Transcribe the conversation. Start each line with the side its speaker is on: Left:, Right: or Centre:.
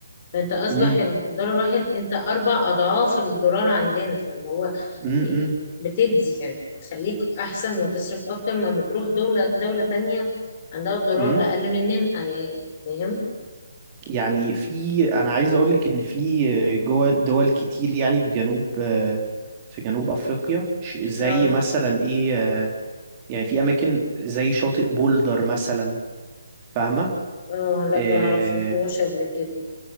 Left: فانت اصبح
Right: امم
Left: الدولار واحد انت اربع اضعاف الدولار عندنا فاللي هو
Right: امم
Left: إيه، بتدي يعني تخليك احسن وتصرف اكتر ما بتروح دولة دولة تانية عندها الدولار
Right: امم.
Left: اقل مننا إيه، فاهم
Right: يعني في انا عايز اقول لك ان في جوه دول كتير يعني في جنوب آه، في جنوب افريقيا ش- زي
Left: اه
Right: مثلا ايه يعني في اماكن زي شاطئ بولدر مثلا فاهمه
Left: اه لا
Right: إيه
Left: ما عرفتوش قبل كده